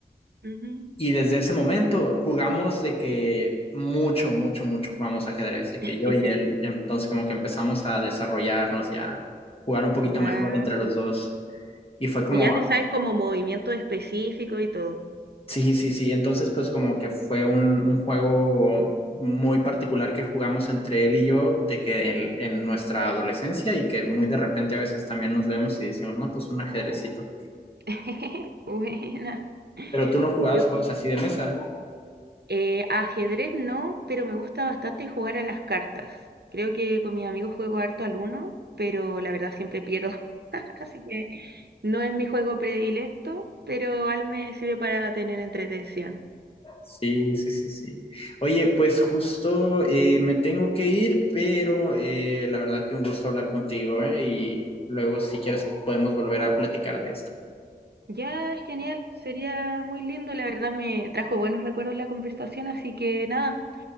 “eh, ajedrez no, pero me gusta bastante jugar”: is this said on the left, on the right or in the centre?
Right